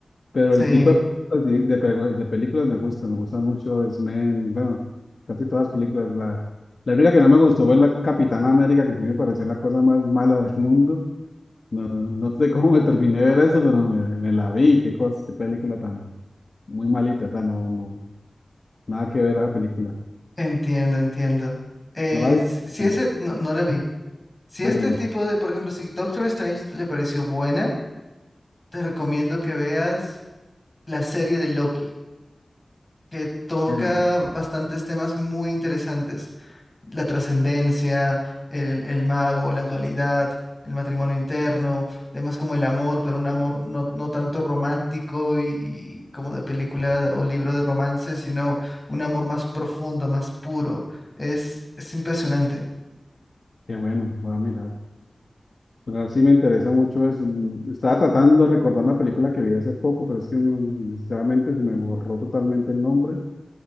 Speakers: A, on the left; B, on the left.
A: Pero
B: Sí.
A: el tipo de, películas de- de pe- de películas me gusta, me gusta mucho es men, bueno, casi todas las películas. La, la única que no me gustó fue la Capitana América, que sí me pareció la cosa más mala del mundo. No, no sé cómo me terminé de ver eso, pero me, me la vi, qué cosa, qué película tan muy malita, o sea, no, no, nada que ver esa película.
B: Entiendo, entiendo. Eh,
A: ¿No la vi?
B: si si
A: No.
B: ese, no, no la vi. Si
A: Bueno,
B: este
A: no,
B: tipo de, por ejemplo, si Doctor Strange te pareció buena, te recomiendo que veas la serie de Loki que toca
A: bueno, no.
B: bastantes temas muy interesantes. La trascendencia, el, el mago, la dualidad, el matrimonio interno, temas como el amor, pero un amor no, no tanto romántico y, y como de película o libro de romance, sino un amor más profundo, más puro. Es, es impresionante.
A: Qué bueno, voy a mirar. Pero sí me interesa mucho eso. Mm, Estaba tratando de recordar una película que vi hace poco, pero es que no, sinceramente se me borró totalmente el nombre.